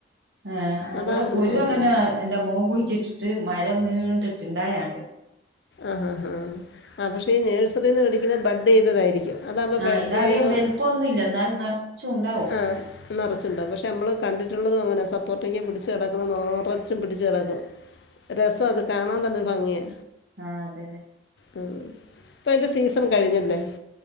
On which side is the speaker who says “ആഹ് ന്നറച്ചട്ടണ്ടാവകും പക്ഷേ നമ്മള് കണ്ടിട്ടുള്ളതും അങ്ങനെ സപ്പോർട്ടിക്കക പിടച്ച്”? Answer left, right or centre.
Left